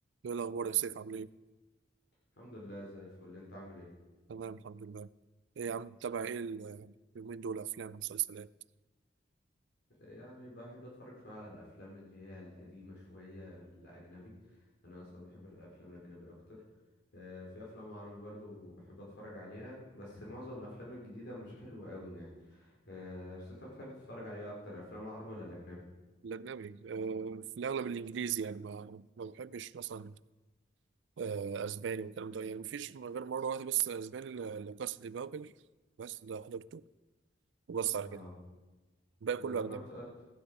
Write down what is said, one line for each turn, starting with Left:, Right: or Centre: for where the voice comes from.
Right: ايه الاخبار يا سيف عامل ايه
Left: الحمد لله زي الفل انت عامل ايه
Right: تمام الحمد لله ايه يا عم متابع ايه ال- اليومين دول افلام ومسلسلات
Left: يعني بحب اتفرج شويه على الافلام اللي هي القديمه شويه الاجنبي انا اصلا بحب الافلام الاجنبي اكتر آه، في افلام عربي برضو بحب اتفرج عليها بس معظم الافلام الجديده مش حلوه قوي يعني آه، بس انت بتحب تتفرج عليها اكتر الافلام العربي ولا الاجنبي
Right: الاجنبي آه في الاغلب الانجليزي يعني ما ما بحبش مثلا آه اسباني والكلام ده يعني مفيش غير مره واحده بس اسباني ل- لكاس دي بابل بس ده حضرته وبس على
Left: اه
Right: كده الباقي
Left: لا
Right: كله اجنبي
Left: انا ات- ات-